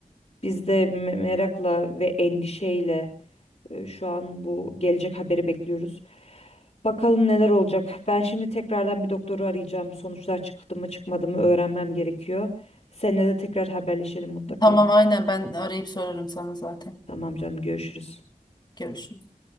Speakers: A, on the left; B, on the left.
A: biz de me- merakla ve endişeyle e, şu an bu gelecek haberi bekliyoruz. Bakalım neler olacak. Ben şimdi tekrardan bir doktoru arayacağım. Sonuçlar çıktı mı çıkmadı mı öğrenmem gerekiyor. Seninle de tekrar haberleşelim mutlaka.
B: Tamam aynen ben arayıp sorarım sana zaten.
A: Tamam canım görüşürüz.
B: Görüşürüz.